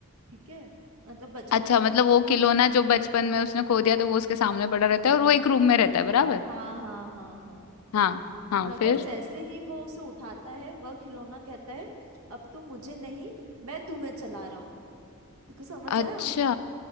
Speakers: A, on the right (about 85°); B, on the left (about 80°).
A: ठीक है मतलब बचपन
B: अच्छा
A: में अपने
B: मतलब
A: हम्म
B: वो खिलौना जो बचपन में उसने खो दिया तो वो उसके सामने पड़ा रहता है और वो एक रूम में रहता है बराबर
A: हाँ हाँ हाँ हाँ
B: हाँ हाँ
A: नगर
B: फिर
A: जैसे ही वो उसे उठाता है वह खिलौना कहता है अब तुम मुझे नहीं मैं तुम्हें चला रहा हूँ तुमको समझ
B: अच्छा
A: आया